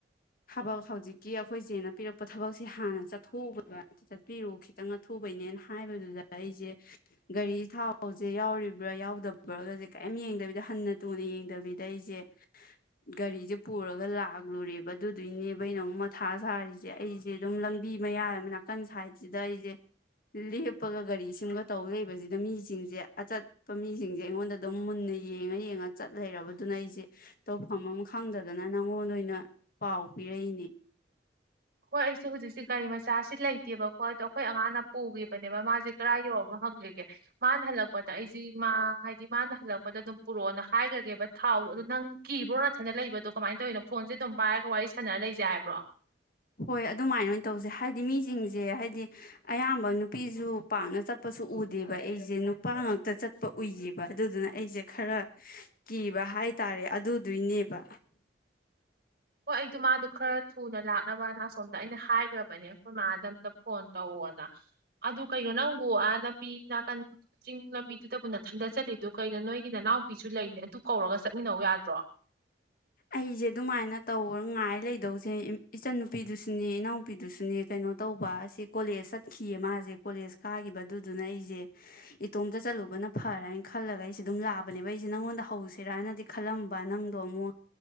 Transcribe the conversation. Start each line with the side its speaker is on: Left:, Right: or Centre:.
Left: ꯊꯕꯛ ꯍꯧꯖꯤꯛꯀꯤ ꯑꯩꯈꯣꯏꯁꯦꯅ ꯄꯤꯔꯛꯄ ꯊꯕꯛꯁꯦ ꯍꯥꯟꯅ ꯆꯠꯊꯣꯛꯎꯕꯗ ꯆꯠꯄꯤꯔꯣ ꯈꯤꯇꯪꯒ ꯊꯨꯕꯩꯅꯦꯅ ꯍꯥꯏꯕꯗꯨꯗ ꯑꯩꯁꯦ ꯒꯥꯔꯤ ꯊꯥꯎꯁꯦ ꯌꯥꯎꯔꯤꯕ ꯌꯥꯎꯗꯕ꯭ꯔꯥꯒꯁꯦ ꯀꯔꯤꯝ ꯌꯦꯡꯗꯕꯤꯗ ꯍꯟꯅ ꯊꯨꯅ ꯌꯦꯡꯗꯕꯤꯗ ꯑꯩꯁꯦ ꯒꯥꯔꯤꯁꯦ ꯄꯨꯔꯒ ꯂꯥꯛꯂꯨꯔꯦꯕ ꯑꯗꯨꯗꯨꯏꯅꯦꯕ ꯑꯩꯅ ꯑꯃꯨꯛ ꯃꯊꯥ ꯁꯥꯔꯤꯁꯦ ꯑꯩꯁꯦ ꯑꯗꯨꯝ ꯂꯝꯕꯤ ꯃꯌꯥ ꯅꯥꯀꯟ ꯁꯥꯏꯠꯁꯤꯗ ꯑꯩꯁꯦ ꯂꯦꯞꯄꯒ ꯒꯥꯔꯤꯁꯤꯡꯒ ꯇꯧ ꯂꯩꯕꯁꯤꯗ ꯃꯤꯁꯤꯡꯁꯦ ꯑꯆꯠ ꯃꯤꯁꯤꯡꯁꯦ ꯑꯩꯉꯣꯟꯗ ꯑꯗꯨꯝ ꯃꯨꯟꯅ ꯌꯦꯡꯉ ꯌꯦꯡꯉ ꯆꯠ ꯂꯩꯔꯕꯗꯨꯅ ꯑꯩꯁꯦ ꯇꯧꯐꯝ ꯑꯃ ꯈꯪꯗꯗꯅ ꯅꯪꯉꯣꯟꯗ ꯑꯣꯏꯅ ꯄꯥꯎ ꯄꯤꯔꯛꯏꯅꯤ
Right: ꯍꯣꯏ ꯑꯩꯁꯦ ꯍꯧꯖꯤꯛꯁꯦ ꯒꯥꯔꯤ ꯃꯆꯥꯁꯤ ꯂꯩꯇꯦꯕꯀꯣ ꯑꯗꯣ ꯑꯩꯈꯣꯏ ꯑꯉꯥꯡꯅ ꯄꯨꯈꯤꯕꯅꯦꯕ ꯃꯥꯁꯦ ꯀꯔꯥꯏ ꯌꯧꯔꯛꯕ ꯍꯪꯒꯒꯦ ꯃꯥꯅ ꯍꯜꯂꯛꯄꯗ ꯑꯩꯁꯤꯦ ꯃꯥ ꯍꯥꯏꯗꯤ ꯃꯥꯅ ꯍꯜꯂꯛꯄꯗ ꯑꯗꯨꯝ ꯄꯨꯔꯛꯑꯣꯅ ꯍꯥꯏꯈ꯭ꯔꯒꯦꯕ ꯊꯥꯎꯗꯣ ꯑꯗꯨꯗꯣ ꯅꯪ ꯀꯤꯕ꯭ꯔꯣ ꯅꯠꯇꯅ ꯂꯩꯕꯗꯣ ꯀꯃꯥꯏꯅ ꯇꯧꯔꯤꯅꯣ ꯐꯣꯟꯁꯦ ꯑꯗꯨꯝ ꯄꯥꯏꯔꯒ ꯋꯥꯔꯤ ꯁꯥꯟꯅꯔ ꯂꯩꯁꯦ ꯍꯥꯏꯕ꯭ꯔꯣ
Left: ꯍꯣꯏ ꯑꯗꯨꯃꯥꯏꯅ ꯑꯣꯏꯅ ꯇꯧꯁꯦ ꯍꯥꯏꯗꯤ ꯃꯤꯁꯤꯡꯁꯦ ꯍꯥꯏꯗꯤ ꯑꯌꯥꯝꯕ ꯅꯨꯄꯤꯁꯨ ꯄꯥꯛꯅ ꯆꯠꯄꯁꯨ ꯎꯗꯦꯕ ꯑꯩꯁꯦ ꯅꯨꯄꯥ ꯉꯥꯛꯇ ꯆꯠꯄ ꯎꯏꯌꯦꯕ ꯑꯗꯨꯗꯨꯅ ꯑꯩꯁꯦ ꯈꯔ ꯀꯤꯕ ꯍꯥꯏ ꯇꯔꯦ ꯑꯗꯨꯗꯨꯏꯅꯦꯕ
Right: ꯍꯣꯏ ꯑꯩꯗꯣ ꯃꯥꯗꯣ ꯈꯔ ꯊꯨꯅ ꯂꯥꯛꯅꯕꯅ ꯑꯁꯣꯝꯗ ꯑꯩꯅ ꯍꯥꯏꯈ꯭ꯔꯕꯅꯦ ꯑꯩꯈꯣꯏ ꯃꯥꯗ ꯑꯝꯇ ꯐꯣꯟ ꯇꯧꯑꯣꯅ ꯑꯗꯨ ꯀꯩꯅꯣ ꯅꯪꯕꯨ ꯑ ꯂꯝꯕꯤ ꯅꯥꯀꯟ ꯆꯤꯡ ꯂꯝꯕꯤꯗꯨꯗꯕꯨ ꯅꯊꯟꯗ ꯆꯂꯤꯗꯨ ꯀꯩꯅꯣ ꯅꯣꯏꯒꯤ ꯅꯅꯥꯎꯄꯤꯁꯨ ꯂꯩꯅꯦ ꯑꯗꯨ ꯀꯧꯔꯒ ꯆꯠꯃꯤꯟꯅꯧ ꯌꯥꯗ꯭ꯔꯣ
Left: ꯑꯩꯁꯦ ꯑꯗꯨꯃꯥꯏꯅ ꯇꯧ ꯉꯥꯏ ꯂꯩꯗꯧꯁꯦ ꯏꯆꯟꯟꯅꯨꯄꯤꯗꯨꯁꯨꯅꯦ ꯏꯅꯥꯎꯄꯤꯗꯨꯁꯨꯅꯦ ꯀꯩꯅꯣ ꯇꯧꯕ ꯑꯁꯤ ꯀꯣꯂꯦꯖ ꯆꯠꯈꯤꯌꯦ ꯃꯥꯁꯦ ꯀꯣꯂꯦꯖ ꯀꯥꯈꯤꯕ ꯑꯗꯨꯗꯨꯅ ꯑꯩꯁꯦ ꯏꯇꯣꯝꯇ ꯆꯠꯂꯨꯕꯅ ꯐꯔꯅꯤ ꯈꯜꯂꯒ ꯑꯩꯁꯦ ꯑꯗꯨꯝ ꯂꯥꯛꯑꯕꯅꯦꯕ ꯑꯩꯁꯦ ꯅꯪꯉꯣꯟꯗ ꯍꯧꯁꯤꯔꯥꯅꯗꯤ ꯈꯜꯂꯝꯕ ꯅꯪꯗꯣ ꯑꯃꯨꯛ